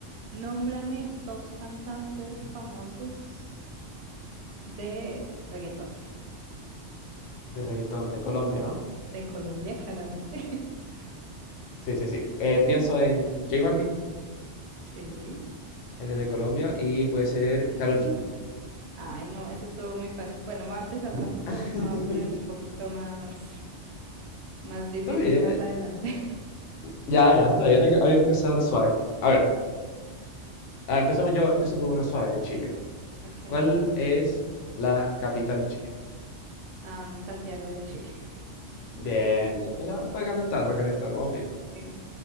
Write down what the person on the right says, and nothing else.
nómbrame dos cantantes famosos de reggaetón,
de Colombia, claramente. <laughs>
Sí.
Ay, no, eso estuvo muy fácil. Bueno, va a empezar fácil, pero
me va a poner un poquito más, más difícil
más adelante.
<laughs>
Sí,
ok.
am, Santiago de Chile.
Eh,